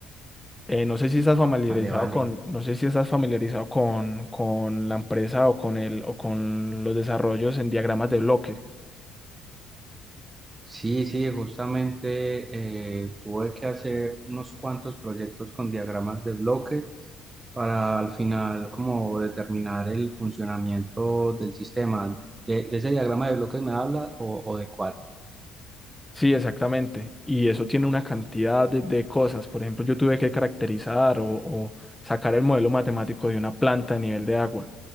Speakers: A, in the centre; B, on the right (about 15°).
A: Eh, no sé si estás familiarizado
B: vale, vale.
A: con, no sé si estás familiarizado con, con la empresa o con el, o con los desarrollos en diagramas de bloque.
B: Sí, sí, justamente eh, tuve que hacer unos cuantos proyectos con diagramas de bloque para al final como determinar el funcionamiento del sistema. ¿De, de ese diagrama de bloques me hablas o, o de cuál?
A: Sí, exactamente. Y eso tiene una cantidad de, de cosas. Por ejemplo, yo tuve que caracterizar o, o sacar el modelo matemático de una planta a nivel de agua.